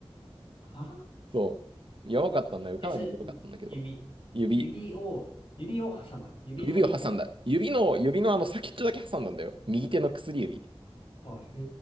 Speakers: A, on the left; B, on the right.
A: は
B: そう、やばかったんだよ。
A: え、
B: かなりグロかったんだけど、
A: それ、指、
B: 指、
A: 指を、指を挟んだの。指のお肉が出て
B: 指を挟んだ。指の、指のあの先っちょだけ挟んだんだよ。右手の薬指。
A: あ、へ